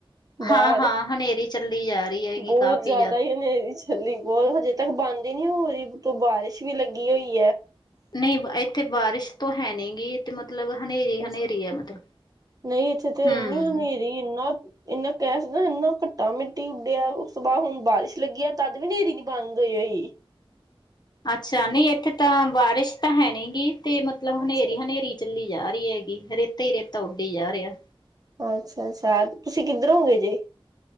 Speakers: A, on the right (about 40°); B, on the left (about 45°).
A: ਬਾਹਰ।
B: ਹਾਂ, ਹਾਂ ਹਨੇਰੀ ਚੱਲੀ ਜਾ ਰਹੀ ਹੈਗੀ
A: ਬਹੁਤ
B: ਕਾਫ਼ੀ
A: ਜ਼ਿਆਦਾ ਹੀ ਹਨੇਰੀ 'ਚ ਚੱਲੀ ਬਹੁਤ ਹਜੇ ਤੱਕ ਬੰਦ ਹੀ ਨਹੀਂ ਹੋ ਰਹੀ, ਮਤਲਬ ਬਾਰਿਸ਼ ਵੀ ਲੱਗੀ ਹੋਈ ਹੈ।
B: ਨਹੀਂ ਇੱਥੇ ਬਾਰਿਸ਼ ਤੋਂ ਹੈ ਨਹੀਂ ਗੀ ਤੇ ਮਤਲਬ ਹਨੇਰੀ। ਹਨੇਰੀ
A: ਅੱਛਾ
B: ਹੈ ਮਤਲਬ।
A: ਨਹੀਂ ਇੱਥੇ ਤੇ
B: ਹੂੰ।
A: ਇੰਨੀ ਹਨੇਰੀ ਇੰਨਾ ਇੰਨਾ ਕਹਿ ਸਕਦਾ ਇੰਨਾ ਘੱਟਾ ਮਿੱਟੀ ਉੱਡਿਆ ਉਸ ਤੋਂ ਬਾਅਦ ਹੁਣ ਬਾਰਿਸ਼ ਲੱਗੀ ਆ ਤਦ ਵੀ ਹਨੇਰੀ ਨੀ ਬੰਦ ਹੋ ਹੀ।
B: ਅੱਛਾ ਨਹੀਂ ਇੱਥੇ ਤਾਂ ਬਾਰਿਸ਼ ਤਾਂ ਹੈ ਨਹੀਂ ਗ ਤੇ ਮਤਲਬ ਹਨੇਰੀ
A: ਅੱਛਾ
B: ਹਨੇਰੀ ਚੱਲੀ ਜਾ ਰਹੀ ਹੈਗੀ। ਰੇਤਾ ਹੀਈ ਰੇਤਾ ਉੱਡ ਹੀ ਜਾ ਰਿਹਾ।
A: ਅੱਛਾ ਅੱਛਾ ਤੁਸੀਂ ਕਿੱਧਰੋਂ ਗੇਏ ਜੇ